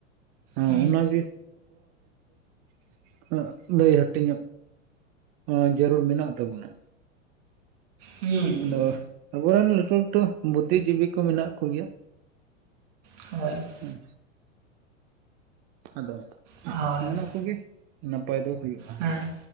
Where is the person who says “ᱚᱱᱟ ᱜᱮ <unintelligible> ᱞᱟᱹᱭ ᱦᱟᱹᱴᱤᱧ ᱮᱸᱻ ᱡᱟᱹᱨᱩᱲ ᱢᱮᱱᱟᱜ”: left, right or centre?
Right